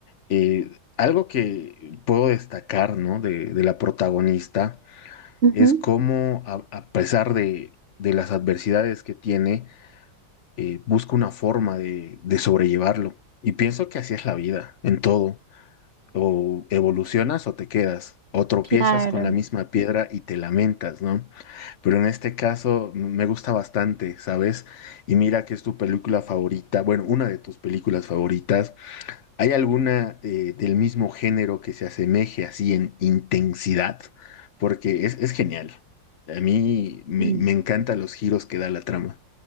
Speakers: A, on the left; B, on the right.
A: Eh, algo que puedo destacar, ¿no? De, de la protagonista
B: Ujú,
A: es cómo, a, a pesar de, de las adversidades que tiene, eh, busca una forma de, de sobrellevarlo. Y pienso que así es la vida, en todo. O evolucionas o te quedas, o tropiezas
B: Claro.
A: con la misma piedra y te lamentas, ¿no? Pero en este caso m- me gusta bastante, ¿sabes? Y mira que es tu película favorita, bueno, una de tus películas favoritas. ¿Hay alguna eh, del mismo género que se asemeje así en intensidad? Porque es, es genial. A mí me,
B: Mm.
A: me encantan los giros que da la trama.